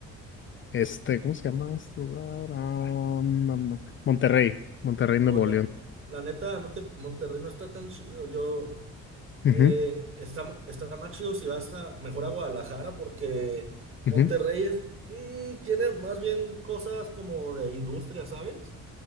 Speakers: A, on the left; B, on the right.
A: este, ¿cómo se llama este lugar? Ah, no, no, Monterrey, Monterrey,
B: Oh,
A: Nuevo
B: ya.
A: León.
B: La neta, no te, Monterrey no está tan chido. Yo.
A: Ujú,
B: Eh, está, mo- está más chido si vas a mejor a Guadalajara porque
A: ujú.
B: Monterrey es, mm, tiene más bien cosas como de industria, ¿sabes?